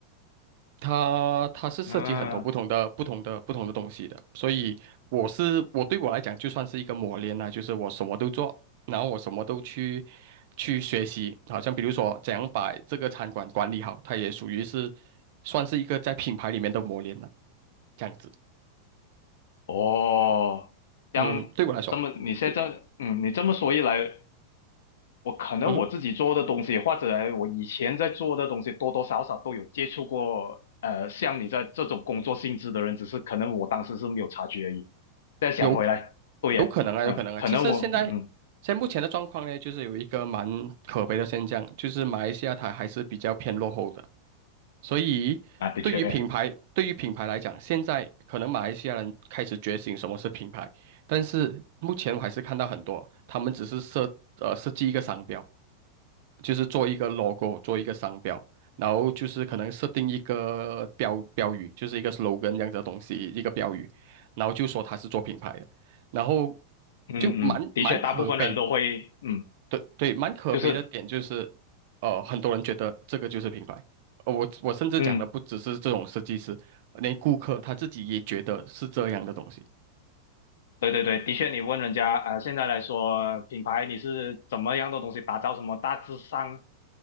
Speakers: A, on the right (about 50°); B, on the left (about 80°).
A: 它它是涉及很多不同的不同的不同的东西的，
B: 嗯，
A: 所以我是我对我来讲就算是一个磨练啦，就是我什么都做，然后我什么都去去学习，好像比如说怎样把这个餐馆管理好，它也属于是算是一个在品牌里面的磨练了，这样子。
B: 哦，这样这么你现在这样嗯，
A: 嗯，对我来说，
B: 你这么说一来，我可能我自己做的东西，
A: 嗯。
B: 或者我以前在做的东西，多多少少都有接触过。呃，像你在这种工作性质的人，只是可能我当时是没有察觉而已。再想回来，
A: 有可
B: 对耶，
A: 有可能啊，
B: 嗯，
A: 有可能啊。
B: 可能我，
A: 其实现在
B: 嗯，
A: 现在目前的状况呢，就是有一个蛮可悲的现象，就是马来西亚它还是比较偏落后的。所以对于品牌，
B: 啊，的确，
A: 对于品牌来讲，现在可能马来西亚人开始觉醒什么是品牌，但是目前我还是看到很多，他们只是设呃设计一个商标，就是做一个 logo，做一个商标，然后就是可能设定一个标标语，就是一个 slogan 这样子的东西，一个标语，然后就说他是做品牌的，然后
B: 嗯嗯，
A: 就蛮蛮可悲，
B: 的确，大部分人都会，嗯，嗯
A: 对对，蛮可悲的点就是，
B: 就是，
A: 呃，很多人觉得这个就是品牌，呃，我我甚至讲的不只是这种设计师，
B: 嗯，
A: 连顾客他自己也觉得是这样的东西，
B: 对对对，的确，你问人家，呃，现在来说，品牌你是怎么样的东西打造，什么大致上，